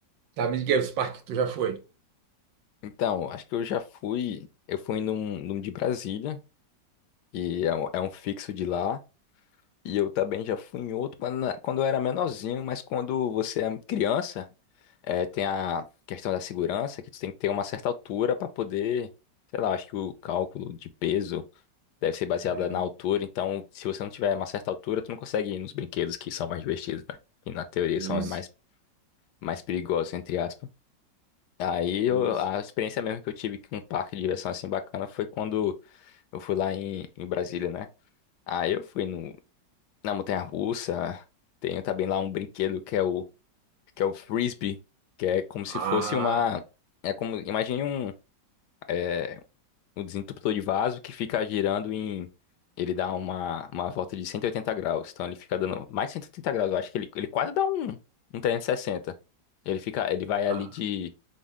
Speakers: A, on the right; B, on the left.
A: tá, me diga aí os parques que tu já foi.
B: Então, acho que eu já fui... Eu fui num, num de Brasília, que é um, é um fixo de lá. E eu também já fui em outro quando, quando eu era menorzinho, mas quando você é criança... É, tem a questão da segurança, que tu tem que ter uma certa altura para poder, sei lá, acho que o cálculo de peso deve ser baseado
A: É,
B: na altura, então se você não tiver uma certa altura, tu não consegue ir nos brinquedos que são mais divertidos, né? Que na teoria
A: isso,
B: são os mais, mais perigosos, entre aspas. Aí eu-
A: isso.
B: a experiência mesmo que eu tive com um parque de diversão assim bacana foi quando eu fui lá em, em Brasília, né? Aí eu fui no, na montanha-russa, tenho também lá um brinquedo que é o que é o frisbee, que é como
A: Ah,
B: se fosse uma. É como, imagine um, é, um desentupidor de vaso que fica girando em. Ele dá uma, uma volta de 180 graus. Então ele fica dando mais de cento e oitenta graus. Eu acho que ele, ele quase dá um, um trezentos e sessenta Ele fica, ele vai
A: ah,
B: ali de,